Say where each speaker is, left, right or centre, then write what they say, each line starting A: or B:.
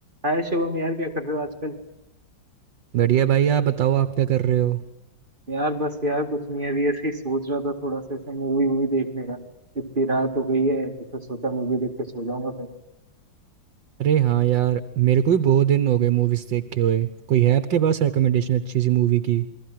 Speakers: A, on the right (about 25°); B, on the right (about 75°).
A: हाय शिवम यार क्या कर रहे हो आजकल
B: बढ़िया भाई आप बताओ आप क्या कर रहे हो
A: यार बस यार कुछ नहीं अभी ऐसे ही सोच रहा था थोड़ा सा ऐसे मूवी वूवी देखने का इतनी रात हो गई है तो फिर सोचा मूवी देख के सो जाऊंगा फिर
B: अरे हाँ यार मेरे को भी बहुत दिन हो गए मूवीज़ देखे हुए कोई है आपके पास रिकमेंडेशन अच्छी सी मूवी की